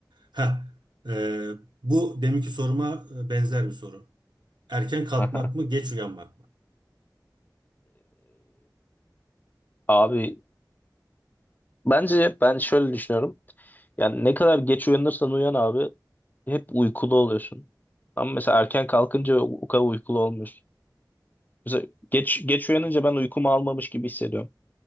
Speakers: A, on the right; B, on the left.
A: Ha, e, bu deminki soruma e, benzer bir soru. Erken kalkmak
B: Aha.
A: mı geç uyanmak mı?
B: abi Bence ben şöyle düşünüyorum. Yani ne kadar geç uyanırsan uyan abi hep uykulu oluyorsun. Ama mesela erken kalkınca o kadar uykulu olmuyorsun. Mesela geç geç uyanınca ben uykumu almamış gibi hissediyorum.